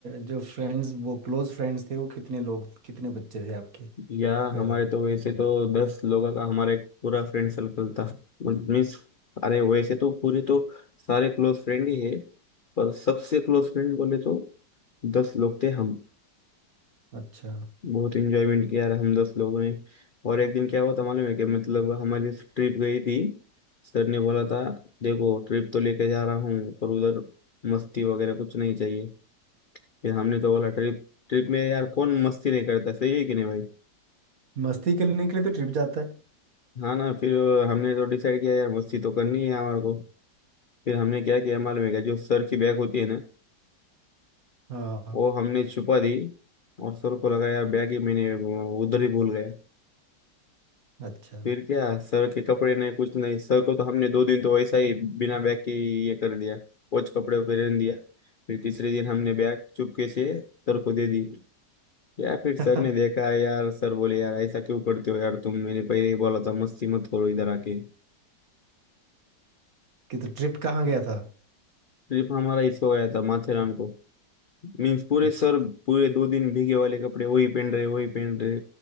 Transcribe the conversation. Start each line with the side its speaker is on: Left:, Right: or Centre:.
Right: जो फ्रेंड्स वो क्लोज फ्रेंड्स थे वो कितने लोग कितने बच्चे थे आपके
Left: या
Right: अ,
Left: हमारे तो वैसे तो दस लोगों का हमारा एक पूरा फ्रेंड सर्कल था मीन्स अरे वैसे तो पूरे तो सारे क्लोज फ्रेंड ही है पर सबसे क्लोज फ्रेंड बोले तो दस लोग थे हम
Right: अच्छा
Left: बहुत इंजॉयमेंट किया यार हम दस लोगों ने और एक दिन क्या हुआ था मालूम है कि मतलब हमारी ट्रिप गई थी सर ने बोला था देखो ट्रिप तो लेके जा रहा हूँ पर उधर मस्ती वगैरह कुछ नहीं चाहिए फिर हमने तो बोला ट्रिप ट्रिप में यार कौन मस्ती नहीं करता सही है कि नहीं भाई
Right: मस्ती करने के लिए तो ट्रिप जाता है
Left: हाँ ना फिर हमने तो डिसाइड किया यार मस्ती तो करनी है हमारे को फिर हमने क्या किया मालूम है क्या जो सर की बैग होती है ना
Right: हाँ
Left: वो हमने छुपा दी और सर को लगा यार बैग ही मैंने वो उधर ही भूल गया
Right: अच्छा
Left: फिर क्या सर के कपड़े नहीं कुछ नहीं सर को तो हमने दो दिन तो वैसा ही बिना बैग के ही ये कर दिया कोच कपड़े पहन दिया फिर तीसरे दिन हमने बैग चुपके से सर को दे दी या फिर
Right: <laughs>
Left: सर ने देखा यार सर बोले यार ऐसा क्यों करते हो यार तुम मैंने पहले ही बोला था मस्ती मत करो इधर आके
Right: कि तो ट्रिप कहाँ गया था
Left: सिर्फ हमारा इसको आया था माथेरान को मीन्स पूरे
Right: अच्छा
Left: सर पूरे दो दिन भीगे वाले कपड़े वही पहन रहे वही पहन रहे